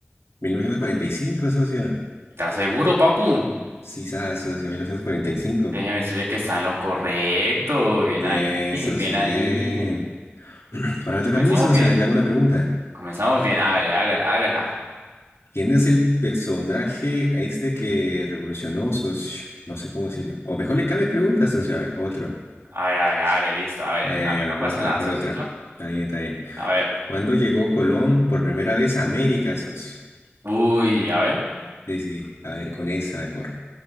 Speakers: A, on the left; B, on the right.
A: 1945, socio.
B: ¿Estás seguro, papu?
A: Sí, sabes, socio, 1945.
B: Déjeme decirle que está en lo correcto. Bien
A: Bien,
B: ahí, bien
A: socio,
B: ahí.
A: bien. <clears throat> Ahora me toca
B: Comenzamos
A: a mí, socio.
B: bien,
A: A ver, le hago una pregunta.
B: comenzamos bien, hágale, hágale, hágala.
A: ¿Quién es el personaje a este que revolucionó, socio? No sé cómo decirlo. O mejor le cambia pregunta, socio. A ver, otro.
B: A ver, hágale, hágale, listo, hágale.
A: Ay,
B: A
A: ay,
B: mí
A: ay, mejor
B: no pasa
A: otra,
B: nada,
A: mejor
B: socito.
A: otra. Está bien, está bien.
B: A ver,
A: ¿Cuándo llegó Colón por primera vez a América, socio?
B: uy, a ver,
A: Sí, sí. A ver, con esa mejor.